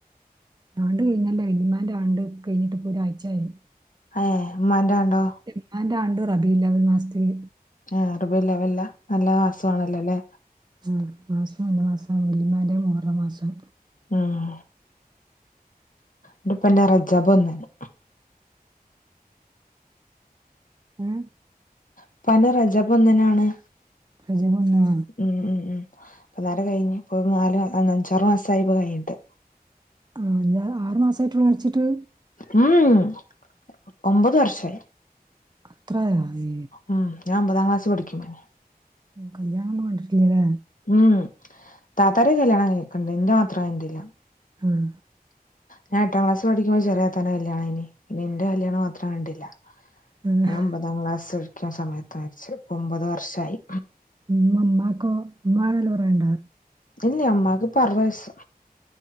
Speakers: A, on the right (about 25°); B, on the left (about 55°).
A: ആണ്ട് കയ്ഞ്ഞല്ലോ വല്ലിമ്മാന്റെ ആണ്ട് കയ്ഞ്ഞ്ട്ട് പ്പൊ ഒരാഴയ്ച്ചായി
B: ഏഹ് മ്മാന്റെ ആണ്ടോ
A: മ്മാന്റെ ആണ്ട് റബിഉൽ അവ്വൽ മാസത്തില്
B: ആഹ് റബീഉൽ അവ്വല്ലാ നല്ല മാസാണല്ലോ ല്ലേ
A: ആ മാസം നല്ല മാസം വല്ലിമ്മാന്റെ മുഹ റ മാസം
B: ഉം ന്റെ പ്പന്റെ റജബ് ഒന്നിന്
A: ഉം
B: ഇപ്പാന്റെ റജബ് ഒന്നിനാണ്
A: റജബ് ഒന്നിനോ
B: ഉം ഉം ഉം ഇപ്പന്നാരെ കഴിഞ് ഇപ്പോ നാല് അന്ന് അഞ്ചാറ് മാസായിപ്പ കഴിഞ്ഞിട്ട്
A: ആഹ് അഞ്ചാറ് ആറ് മാസായിട്ടുളളൂ മരിച്ചിട്ട്
B: ഉംഹും ഒമ്പത് വർഷായി
A: അത്രയാേ
B: ഉം ഞാൻ ഒമ്പതാം ക്ലാസി പഠിക്കുമ്പോയ്നി
A: കല്യാണൊന്നും കണ്ടിട്ടില്ലലേ
B: ഉംഹും താത്താരക്കെ കല്യാണം കഴ് ക്കണ്ട് ഇന്റെ മാത്രം കണ്ടില്ല
A: ആഹ്
B: ഞാൻ എട്ടാം ക്ലാസ് പഠിക്കുമ്പോ ചെറേ താത്താന്റെ കല്യാണം കഴിഞ്ഞി പിന്നെ ഇന്റെ കല്യാണം മാത്രം കണ്ടില്ല
A: ആഹ്
B: ഞാൻ ഒമ്പ ത്താംക്ലാസ്സ് പഠിക്ക്ണ സമയത്താ മര്ച്ചെ ഇപ്പ ഒമ്പത് വർഷായി
A: ഇമ്മ മ്മാക്കോ ഇമ്മാക്ക് നല്ല പ്രായണ്ടാ
B: ഇല്ലാ ഇമ്മാക്ക്പ്പ അർവ്വയ്സ്സ്